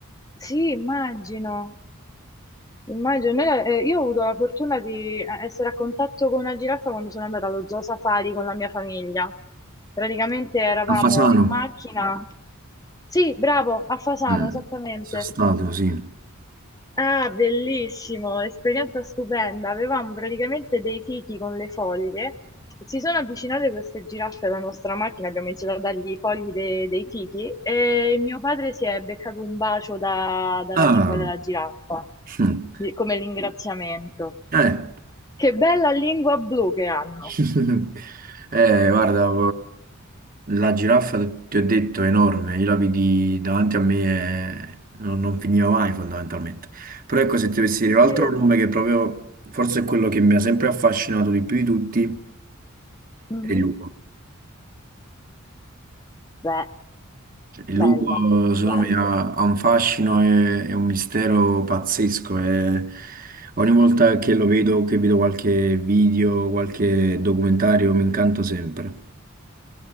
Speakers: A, on the left; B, on the right.
A: sì, immagino. Immagino. Noi la- eh, io ho avuto la fortuna di eh, essere a contatto con una giraffa quando sono andata allo zoo safari con la mia famiglia. Praticamente eravamo
B: A Fasano?
A: in macchina. Sì, bravo, a Fasano,
B: Eh,
A: esattamente.
B: sono stato, sì.
A: Ah, bellissimo, esperienza stupenda. Avevamo praticamente dei fichi con le foglie. Si sono avvicinate queste giraffe alla nostra macchina, abbiamo iniziato a dargli i fogli de- dei fichi e mio padre si è beccato un bacio da- dalla
B: Ah,
A: lingua della giraffa,
B: mm.
A: di- come ringraziamento.
B: Eh,
A: Che bella lingua blu che hanno.
B: <laughs> Eh, guarda, eh, la giraffa, ti ho detto, è enorme. Io la vidi davanti a me e non, non finiva mai, fondamentalmente. Però ecco, se ti dovessi
A: Ti
B: dire
A: credo.
B: un altro nome che proprio, forse è quello che mi ha sempre affascinato di più di tutti,
A: Mhm.
B: è il lupo.
A: Beh,
B: Cioè, il lupo,
A: bello,
B: secondo
A: bello.
B: me, ha, ha un fascino e, e un mistero pazzesco. e ogni volta che lo vedo, che vedo qualche video, qualche documentario, mi incanto sempre.